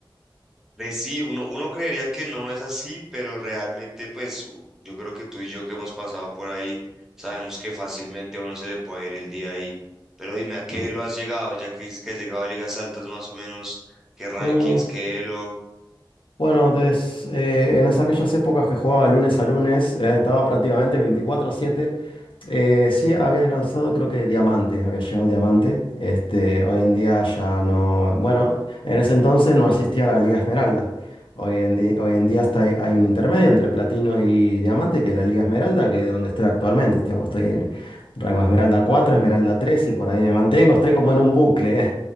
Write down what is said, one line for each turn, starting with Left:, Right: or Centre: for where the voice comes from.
Centre: Pues sí, uno, uno creería que no es así, pero realmente, pues u- yo creo que tú y yo que hemos pasado por ahí, sabemos que fácilmente a uno se le puede ir el día ahí. Pero dime, ¿a qué
Left: Mm.
Centre: lo has llegado? Ya que dices que has llegado a ligas altas más o menos, ¿qué rankings,
Left: Mm,
Centre: qué elo?
Left: Bueno, des- eh, en esas- aquellas épocas que jugaba lunes a lunes, eh, estaba prácticamente veinticuatro siete Eh, sí, había alcanzado creo que diamante, había llegado diamante. Este, hoy en día ya no, bueno, en ese entonces no existía la Liga Esmeralda. Hoy en, di- hoy en día está, hay, hay un intermedio entre platino y diamante, que es la Liga Esmeralda, que es donde estoy actualmente. Digamos, estoy en rango Esmeralda 4 Esmeralda 3 y por ahí me mantengo. Estoy como en un bucle, ¿eh?